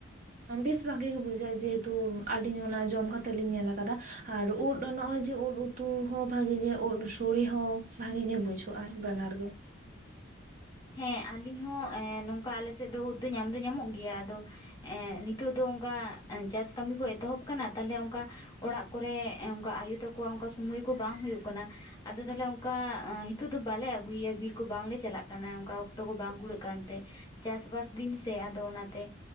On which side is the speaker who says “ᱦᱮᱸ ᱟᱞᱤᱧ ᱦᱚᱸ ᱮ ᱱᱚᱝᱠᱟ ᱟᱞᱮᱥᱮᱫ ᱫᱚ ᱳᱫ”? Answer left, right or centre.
Left